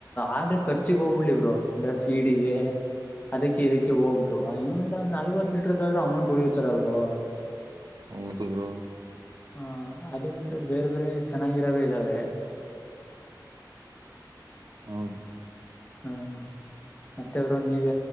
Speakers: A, on the left; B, on the right.
A: ಆಗ್ಲು ಖರ್ಚಿಗೆ ಹೋಗ್ಬಿಡ್ಲಿ ಇವರು ಅಂದ್ರೆ ಫೀಡಿಗೆ ಅದಕ್ಕೆ ಇದಕ್ಕೆ ಹೋಗಿದ್ರು ಇನ್ನೊಂದ ನಲ್ವತ್ ಲೀಟರ್ದ ಆದ್ರರು ಅಮೌಂಟ್ ಉಳಿಯತಾರ ಅವರು
B: ಹೌದ ಬ್ರೋ
A: ಹಾ ಅದು ಬಿಟ್ರೆ ಬೇರೆ ಬೇರೆ ಚೆನ್ನಾಗಿರಾವೇ ಇದ್ದಾವೆ <inaudible>
B: ಹೌದು
A: ಹ್ಮ ಮತ್ತೆಬ್ರು ನೀವ